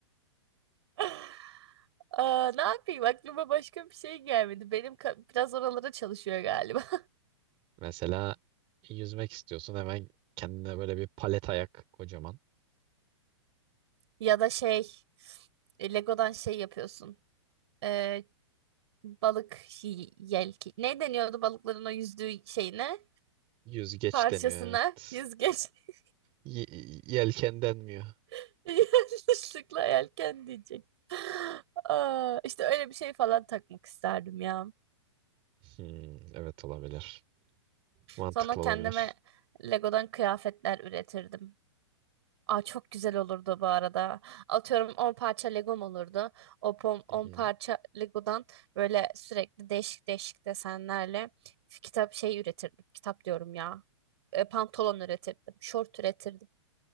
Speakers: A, on the right (about 65°); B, on the right (about 35°).
A: <laughs> Aa, ne yapayım aklıma başka bir şey gelmedi. Benim ka- biraz oralara çalışıyor galiba. <laughs>
B: Mesela yüzmek istiyorsun. Hemen kendine böyle bir palet ayak kocaman.
A: Ya da şey e, Lego'dan şey yapıyorsun. Ee, balık y- yelki. Ne deniyordu balıkların o yüzdüğü şeyine?
B: Yüzgeç
A: Parçasına
B: deniyor evet.
A: yüzgeç. <laughs>
B: Y yelken denmiyor.
A: <laughs> Yanlışlıkla yelken diyecek. Aa, işte öyle bir şey falan takmak isterdim ya.
B: Hmm, evet olabilir. Mantıklı
A: Sonra kendime
B: olabilir.
A: Lego'dan kıyafetler üretirdim. Aa, çok güzel olurdu bu arada. Atıyorum 10 parça Legom olurdu. O on
B: Hı hı.
A: parça Lego'dan böyle sürekli değişik değişik desenlerle kitap şey üretirdim. Kitap diyorum ya. E, pantolon üretirdim. Şort üretirdim.